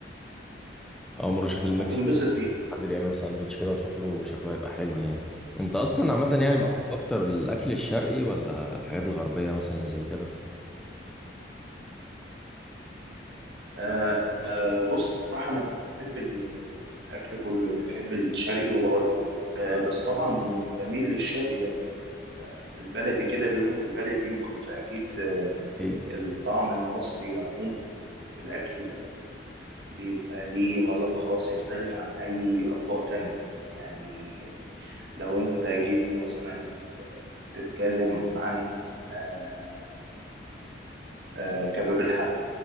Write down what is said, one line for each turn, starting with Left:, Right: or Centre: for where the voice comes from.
Centre: اول مرة اشوف الميكس
Right: هتنبسط بيه
Centre: حد بيعمله ساندوتش كده وشكله شكله هيبقى حلو يعني انت اصلا عامه يعني
Right: اه
Centre: بتحب اكتر الاكل الشرقي ولا الحاجات الغربيه مثلا اللي زي كده
Right: آه، آه، بص صراحة أنا بحب ال- الأكل كله يعني بحب الشرقي والغربي آه، بس طبعا بميل للشرقي لأن البلدي كده بيقول لك البلدي يوكل فأكيد آه،
Centre: اكيد
Right: الطعم المصري عموما في الأكل بيبقى ليه مذاق خاص يختلف عن أي أطباق تانية يعني لو أنت جيت مثلا تتكلم عن آه، آه، كباب الحل